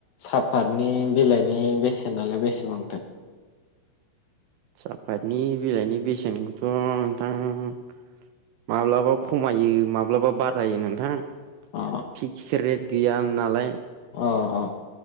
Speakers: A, on the left; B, on the right.
A: साफातनि बिलाइनि बेसेन नालाय बेसेबांथो
B: साफातनि बिलाइनि बेसेनखौथ' नोंथां माब्लाबा खमायो माब्लाबा बारायो नोंथां
A: अ
B: फिक्स रेट गैया नालाय
A: अ अ